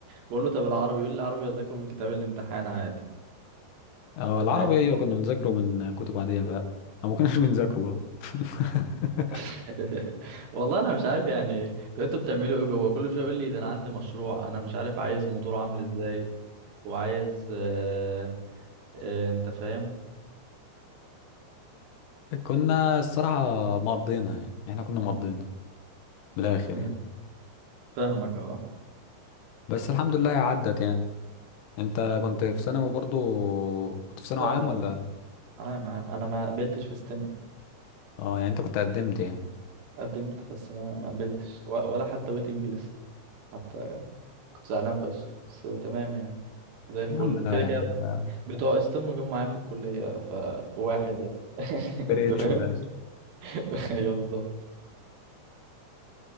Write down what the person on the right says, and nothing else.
بقول له طب العربي يقول لي العربي اذاكره من كتاب الامتحان عادي
انت
فاهم
<laughs> والله انا مش عارف يعني ده انتوا بتعملوا ايه جوه كل شويه يقول لي ده انا عندي مشروع انا مش عارف عايز موتور عامل ازاي وعايز آه آه انت فاهم
مم،
فاهمك اه
لا
لا
عام عام انا ما قبلتش في ستيم
قدمت بس ما ما قبلتش و- ولا حتى ويتنج ليست حتى كنت زعلان فشخ بس تمام يعني زي الفل
كده
كده
بتوع ستيم جم معايا في الكليه فواحد يعني <laughs>
انت فاهم
<laughs> ايوه بالظبط